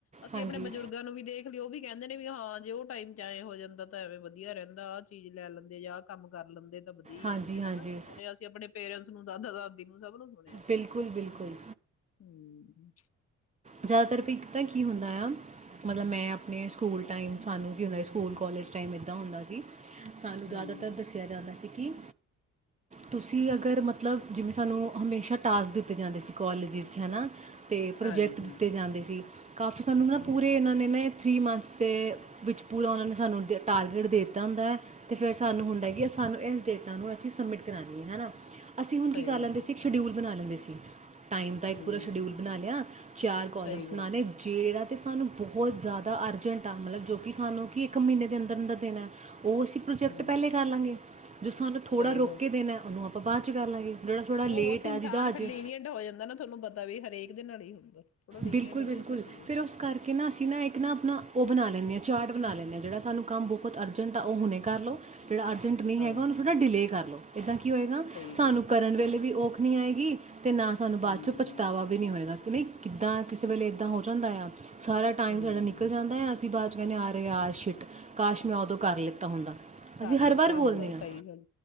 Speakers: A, on the left (about 50°); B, on the right (about 25°).
A: ਅਸੀਂ
B: ਹਾਂਜੀ,
A: ਆਪਣੇ ਬਜ਼ੁਰਗਾਂ ਨੂੰ ਵੀ ਦੇਖ ਲਿ ਉਹ ਵੀ ਕਹਿੰਦੇ ਨੇ ਵੀ ਹਾਂ ਜੇ ਉਹ ਟਾਈਮ ਚ ਐਵੇਂ ਹੋ ਜਾਂਦਾ ਤਾਂ ਐਵੇਂ ਵਧੀਆ ਰਹਿੰਦਾ ਚੀਜ਼ ਲੈ ਲੈਂਦੇ ਆ ਕੰਮ ਕਰ ਲੈਂਦੇ। ਤਬਦੀ
B: ਹਾਂਜੀ,
A: ਰਹਿੰ ਤੇ ਹਨਾ
B: ਹਾਂਜੀ।
A: ਸੁਣਿਆ ਸੀ ਆਪਣੇ ਪੇਰੈਂਟਸ ਨੂੰ ਦਾਦਾ ਦਾਦੀ ਨੂੰ ਸਭ ਨੂੰ ਸੁੋਣੇ ਆ
B: ਬਿਲਕੁਲ, ਬਿਲਕੁਲ।
A: ਹਮ ਹਮ
B: ਜ਼ਿਆਦਾਤਰ ਇੱਕ ਤਾਂ ਕੀ ਹੁੰਦਾ ਆ ਮਤਲਬ ਮੈਂ ਆਪਣੇ ਸਕੂਲ ਟਾਈਮ ਸਾਨੂੰ ਕੀ ਹੁੰਦਾ ਸਕੂਲ ਕਾਲਜ ਟਾਈਮ ਇਦਾਂ ਹੁੰਦਾ ਸੀ। ਜੀ ਸਾਨੂੰ ਜ਼ਿਆਦਾਤਰ
A: ਹਮ
B: ਦੱਸਿਆ ਜਾਂਦਾ ਸੀ। ਕਿ ਤੁਸੀਂ ਅਗਰ ਮਤਲਬ ਜਿਵੇਂ ਸਾਨੂੰ ਹਮੇਸ਼ਾ ਟਾਸ ਦਿੱਤੇ ਜਾਂਦੇ ਸੀ ਕਾਲੇਜ ਵਿੱਚ ਹੇਨਾ। ਅਤੇ ਪ੍ਰੋਜੈਕਟ
A: ਹਾਂਜੀ
B: ਜਾਂਦੇ ਸੀ। ਕਾਫੀ ਸਾਨੂੰ ਨਾ
A: ਹਮ
B: ਪੂਰੇ ਇਹਨਾਂ ਨੇ ਨਾ ਥ੍ਰੀ ਮੰਥਸ ਦੇ ਵਿੱਚ ਪੂਰਾ ਉਹਨਾਂ ਨੇ ਸਾਨੂੰ ਟਾਰਗੇਟ ਦੇ ਦਿੱਤਾ ਹੁੰਦਾ ਹੈ ਅਤੇ ਫਿਰ ਸਾਨੂੰ ਹੁੰਦਾ ਕਿ ਸਾਨੂੰ ਇਸ ਡੇਟਾ ਨੂੰ ਅਸੀਂ ਸਬਮਿਟ ਕਰਾਉਣੀ ਹੈ ਨਾ। ਅਸੀਂ ਹੁਣ
A: ਸਹੀ
B: ਕੀ ਕਰ ਲੈਂਦੇ
A: ਗੱਲ
B: ਸੀ ਇਕ ਸ਼ਡਊਲ। ਬਣਾ ਲੈਂਦੇ ਸੀ। ਟਾਈਮ ਦਾ
A: ਹਮ
B: ਇੱਕ ਪੂਰਾ ਸ਼ਡਿਊਲ ਬਣਾ ਲਿਆ। ਚਾਰ ਕੋਲਮਸ
A: ਸਹੀ ਗੱਲ
B: ਜੇ ਿਹ ਤੇ ਸਾਨੂੰ ਬਹੁਤ ਜ਼ਿਆਦਾ ਅਰਜੈਂਟ ਆ ਮਤਲਬ ਜੋ ਕਿ ਸਾਨੂੰ ਕਿ ਇੱਕ ਮਹੀਨੇ ਦੇ ਅੰਦਰ ਦਾ ਦਿਨ ਹੈ ਉਹ ਅਸੀਂ ਪ੍ਰੋਜੈਕਟ
A: ਹਮ
B: ਪਹਿਲੇਾਂ ਕਰ ਲਾਂਗੇ ਜੋ ਸਾਨੂੰ ਥੋੜ੍ਹਾ
A: ਸਹੀ
B: ਰੋਕ
A: ਗੱਲ
B: ਕੇ ਦੇਣਾ ਉਹਨੂੰ ਆਪ ਆਪਾਂ ਬਾਅਦ 'ਚ ਕਰ ਲਾਂਗੇ ਜਿਹੜਾ ਥੋੜਾ
A: ਉਹ
B: ਲੇਟ
A: ਬਸ ਇਨਸਾਨ
B: ਹੈ ਜਿਹਦਾ ਹਜੇ
A: ਫਿਰਲੀਨੀਅਡਾ ਹੋ ਜਾਂਦਾ ਨਾ ਤੁਹਾਨੂੰ ਪਤਾ ਵੀ ਹਰੇਕ ਦੇ ਨਾਲ ਹੀ ਹੁੰਦਾ ਥੋੜਾ ਲੀਨੀਅੰਟ
B: ਬਿਲਕੁਲ
A: ਹੋ
B: ਬਿਲਕੁਲ
A: ਜਾਂਦਾ ਉਹਦੇ ਲਈ
B: ਫੇਿਰ ਉਸ ਕਰਕੇ ਨਾ ਅਸੀਂ ਨਾ ਇੱਕ ਨਾ ਆਪਣਾ ਉਹ ਬਣਾ ਲੈਂਦੇ ਹਾਂ ਚਾਰਟ ਬਣਾ ਲੈਂਦੇ ਹਾਂ ਜਿਹੜਾ ਸਾਨੂੰ ਕੰਮ ਬਹੁਤ ਅਰਜੈਂਟ ਆ ਉਹ ਹੁਣੇ ਕਰ ਲਓ ਜਿਹੜਾ ਅਰਜੈਂਟ ਨਹੀਂ
A: ਹਾਂਜੀ
B: ਹੈਗਾ ਉਹਨੂੰ ਥੋੜ੍ਹਾ ਡਿਲੇਅ ਕਰ ਲਉ ਇੱਦਾਂ ਕੀ ਹੋਏਗਾ
A: ਸਹੀ
B: ਸਾਨੂੰ
A: ਗੱਲ ਹੈ
B: ਕਰਨ ਵੇਲੇ ਵੀ ਉਹ ਨਹੀਂ ਹੈਗੀ ਅਤੇ ਨਾ ਸਾਨੂੰ ਬਾਅਦ
A: ਹਮ
B: 'ਚੋਂ ਪਛਤਾਵਾ ਵੀ ਨਹੀਂ ਹੋਏਗਾ ਕਿ ਨਹੀਂ ਕਿੱਦਾਂ ਕਿਸੇ ਵੇਲੇ ਇੱਦਾਂ ਹੋ ਜਾਂਦਾ ਆ ਸਾਰਾ ਟਾਈਮ
A: ਹਮ
B: ਸਾਡਾ ਨਿਕਲ ਜਾਂਦਾ ਹੈ ਅਸੀਂ ਬਾਦ ਕਹਿੰਦੇ ਆ ਰ ਆ ਸ਼ਿਟ ਕਾਸ਼ ਮੈਂ ਉਦੋਂ ਕਰ ਲਿੱਤਾ ਹੁੰਦਾ
A: ਕਰ
B: ਅਸੀਂ
A: ਲਿੱਤਾ
B: ਹਰ ਵਾਰ ਬੋਲਦੇ
A: ਹੁੰਦਾ
B: ਹਾਂ
A: ਸਹੀ ਗੱਲ